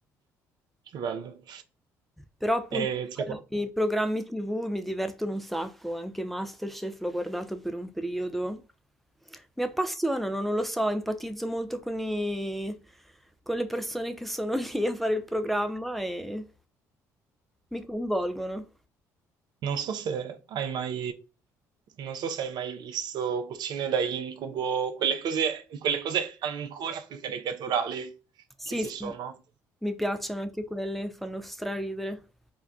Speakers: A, on the right; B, in the centre.
A: Che bello.
B: Però appunto
A: E c'è qua-
B: i programmi TV mi divertono un sacco, anche MasterChef l'ho guardato per un periodo. Mi appassionano, non lo so, empatizzo molto con i... con le persone che sono <laughs> lì a fare il programma e mi coinvolgono.
A: Non so se hai mai, non so se hai mai visto Cucine da incubo, quelle cose, quelle cose ancora più caricaturali
B: Sì,
A: che ci
B: sì,
A: sono.
B: mi piacciono anche quelle, fanno straridere.